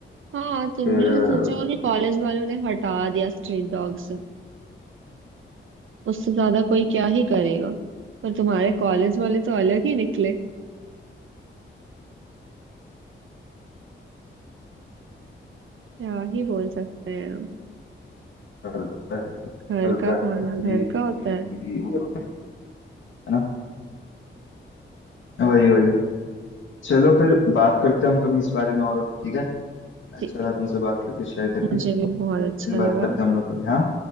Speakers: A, on the right (about 80°); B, on the left (about 75°).
A: हाँ तुमने
B: फिर अ,
A: तो सोचा होगा कि कॉलेज वालों ने हटा दिया स्ट्रीट डॉग से उससे ज्यादा कोई क्या ही करेगा पर तुम्हारे कॉलेज वाले तो अलग ही निकले क्या ही बोल सकते हैं
B: पता चला
A: घर का खाना
B: कि-
A: घर का होता है
B: वो- है ना वही वही चलो फिर बात करते हैं हम कभी इस बारे में और ठीक है
A: ठीक
B: अच्छा लगा तुमसे बात करके शेयर करके
A: है मुझे भी बहुत
B: फिर
A: अच्छा
B: बात
A: लगा
B: करते हैं हम लोग कभी हाँ